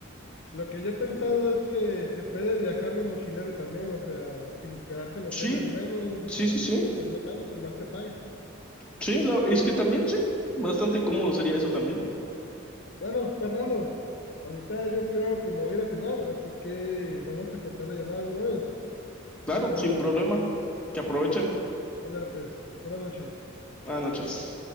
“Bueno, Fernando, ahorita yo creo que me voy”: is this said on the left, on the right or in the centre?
Left